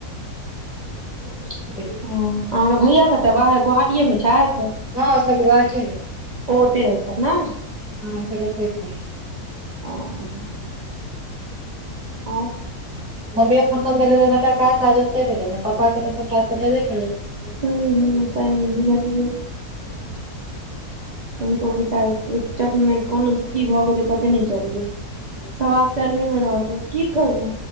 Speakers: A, on the right; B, in the centre.
A: ह
B: देखियौ
A: अहाँके भैया कतऽ बाहरे गोहाटीए मे छथि।
B: हँ गोहाटिए मे छथि
A: ओ ओते रहै छथि न
B: हँ सब ओतै छथि
A: ओं आओर
B: मम्मी ओ खत्म भेलै त सबटा काज ताज ओतै भेलै न पप्पा के तऽ सबटा एतह भेबेकेलैन।
A: हू हू सहि मे बुझलियै। हुनको बेचारी के चट में कोनो की भ गेलै पते न चलले सब आश्चर्य। समझ की करू